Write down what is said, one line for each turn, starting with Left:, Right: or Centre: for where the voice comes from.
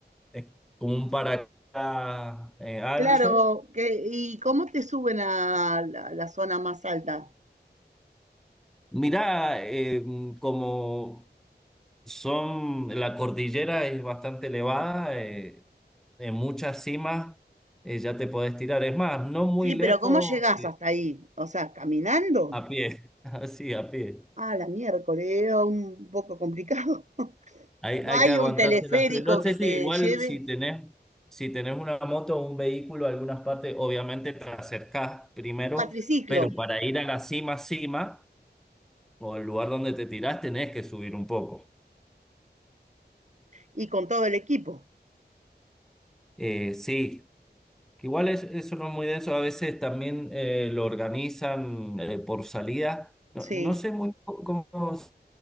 Centre: es como un paracaídas eh, ancho.
Right: Claro, que, ¿y cómo te suben a la, la zona más alta?
Centre: Mira, como Son, la cordillera es bastante elevada, eh, en muchas cimas eh, ya te podés tirar. Es más, no muy
Right: Sí,
Centre: lejos,
Right: pero ¿cómo llegás
Centre: eh,
Right: hasta ahí? O sea, ¿caminando?
Centre: a pie, <laughs> así, a pie.
Right: Ah, la miércoles, era un poco complicado. <laughs>
Centre: Hay,
Right: ¿No
Centre: hay
Right: hay
Centre: que aguantarse
Right: un teleférico
Centre: la frío. No sé
Right: que te
Centre: si igual
Right: lleve?
Centre: si tenés, si tenés una moto o un vehículo, algunas partes, obviamente te acercás primero,
Right: Cuatriciclo
Centre: pero para ir a la cima, cima, o el lugar donde te tirás, tenés que subir un poco.
Right: y con todo el equipo.
Centre: Eh, sí. Que igual es, eso no es muy denso, a veces también eh, lo organizan eh, por salida. No,
Right: Sí.
Centre: no sé muy c- cómo es